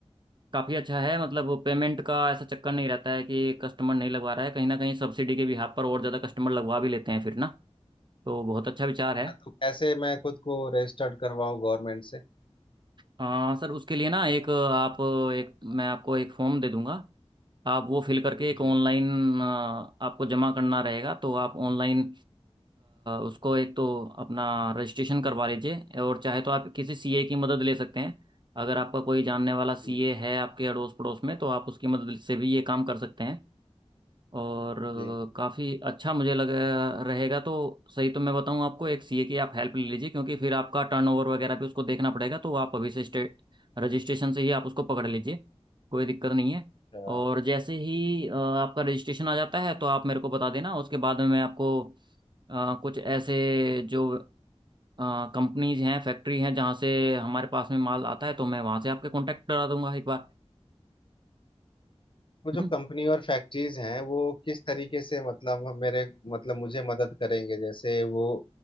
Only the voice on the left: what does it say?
अच्छा, तो कैसे मैं खुद को रजिस्टर्ड करवाऊं गवर्नमेंट से
जी
जी
जी
अच्छा
वो जो
कंपनी और फैक्ट्रीज हैं वो किस तरीके से मतलब हम- मेरे मतलब मुझे मदद करेंगे जैसे वो